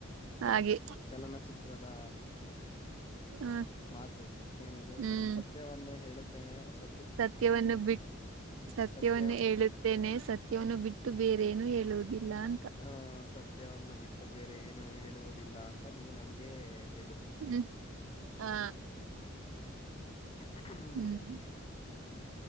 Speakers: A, on the right (about 70°); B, on the left (about 30°).
A: ಹಾಗೆ
B: ಚಲನಚಿತ್ರ. ಚಿತ್ರದ
A: ಹ
B: ಮಾತು ಏನದು
A: ಹ್ಮ್
B: ಸ ಸತ್ಯವನ್ನೇ ಹೇಳುತ್ತೇನೆ ಸ
A: ಸತ್ಯವನ್ನು ಬಿಟ್ಟ ಸತ್ಯವನ್ನು
B: ಸತ್ಯ
A: ಹೇಳು ತೆನೆ ಸತ್ಯವನ್ನು ಬಿಟ್ಟು ಬೇರೆೇನು ಹೇಳುವುದಿಲ್ಲ ಅಂತ.
B: ಆ ಸತ್ಯವನ್ನು ಬಿಟ್ಟು ಬೇರೆ ಏನು ಹೇಳುವುದಿಲ್ಲ ಅಂತ ನೀವು ನಮಗೆ ಹೇಳು
A: ಹ್ಮ್ ಹಾ
B: <unintelligible>
A: ಹ್ಮ್